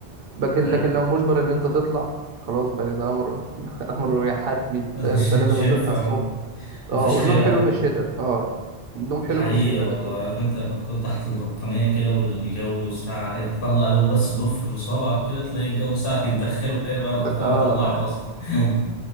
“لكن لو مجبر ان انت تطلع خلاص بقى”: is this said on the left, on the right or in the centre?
Right